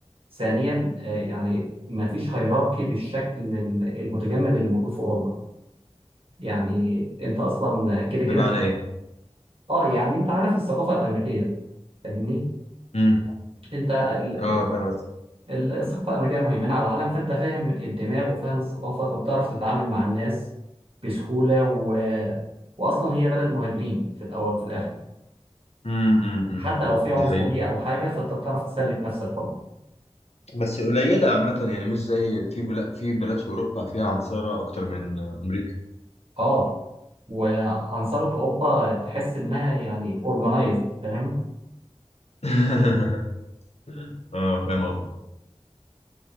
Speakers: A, on the right; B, on the left.
A: ثانيا آه يعني ما فيش هيراركي بالشكل ال- المتجمد اللي موجود في اوروبا يعني انت اصلا كده
B: بمعنى
A: كده
B: ايه
A: اه يعني انت عارف الثقافه الامريكيه فاهمني
B: امم
A: انت ال-
B: اه فاهم قصدي.
A: ال- الثقافه الامريكيه مهيمنه على العالم فانت فاهم الدماغ وفاهم الثقافه فبتعرف تتعامل مع الناس بسهوله و... واصلا هي بلد مهاجرين في الاول وفي الاخر
B: امم امم أمم.
A: فحتى لو في عنصريه
B: دي حقيقة
A: او حاجه فانت بتعرف تسلك نفسك برضه
B: بس قليلة عامة يعني مش زي في بلاد في بلاد في أوروبا فيها عنصرة أكتر من آه، أمريكا
A: اه وعنصرة اوروبا تحس انها يعني اورجنايزد فاهم
B: <laughs> اه فاهم قصدي